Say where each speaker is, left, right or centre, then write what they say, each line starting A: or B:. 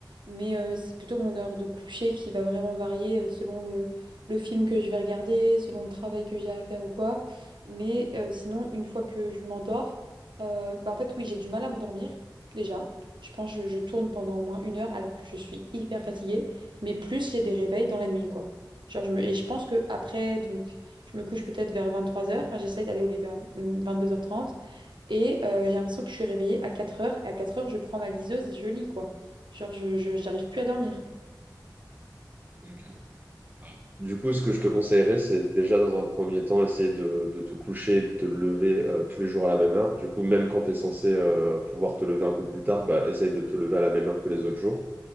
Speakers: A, on the right; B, on the right.
A: mais euh, c'est plutôt mon heure de coucher qui va vraiment varier euh, selon le, le film que je vais regarder selon le travail que j'ai à faire ou quoi mais euh, sinon, une fois que je m'endors, euh, bah, en fait, oui, j'ai du mal à m'endormir, déjà. Je pense que je, je tourne pendant au moins une heure alors que je suis hyper fatiguée. Mais plus, j'ai des réveils dans la nuit, quoi. Genre, je me- et je pense que après, donc, je me couche peut-être vers 23 heures Enfin, j'essaye d'aller au lit vers 22h30. Et euh, j'ai l'impression que je suis réveillée à 4 heures Et à 4 heures je prends ma liseuse et je lis, quoi. Genre, je, je- j'arrive plus à dormir.
B: Ok. Du coup, ce que je te conseillerais, c'est déjà dans un premier temps, essayer de, de te coucher, de te lever euh, tous les jours à la même heure. Du coup, même quand tu es censé euh, pouvoir te lever un peu plus tard, bah, essaye de te lever à la même heure que les autres jours.